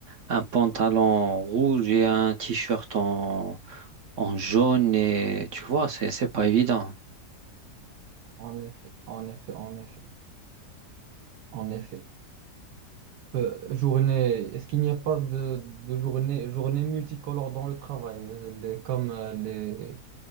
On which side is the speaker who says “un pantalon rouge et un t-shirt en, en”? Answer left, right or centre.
Right